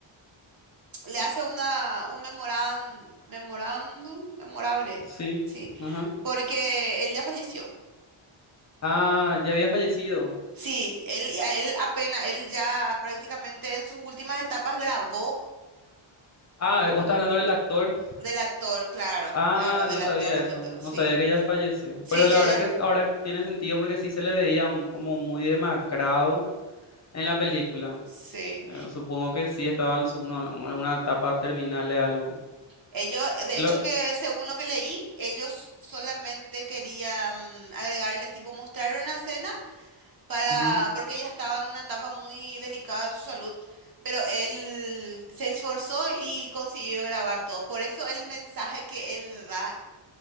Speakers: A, on the right; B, on the left.
A: le hace una, un memoran- memorándum? Memorable.
B: Sí.
A: Sí.
B: ajá.
A: Porque él ya falleció.
B: Ah, ya había fallecido.
A: Sí, él, a él apenas, él ya prácticamente en sus últimas etapas grabó
B: Ah, vos estás hablando del actor.
A: Del actor, claro,
B: Ah,
A: claro, del
B: no sabía
A: actor, del
B: eso,
A: actor,
B: no no
A: sí.
B: sabía que ya falleció.
A: Sí,
B: Pero la
A: ya,
B: verdad
A: ya,
B: que ahora tiene sentido porque sí se le veía m- como muy demacrado en la película.
A: sí.
B: Eh, supongo que sí estaba en su, uno- alguna etapa terminal de algo.
A: Ellos, de
B: Lo,
A: hecho que según lo que leí, ellos solamente querían mm, agregarle, tipo, mostrarle una escena para,
B: ajá.
A: porque ella estaba en una etapa muy delicada de su salud, pero él se esforzó y consiguió grabar todo. Por eso el mensaje que él da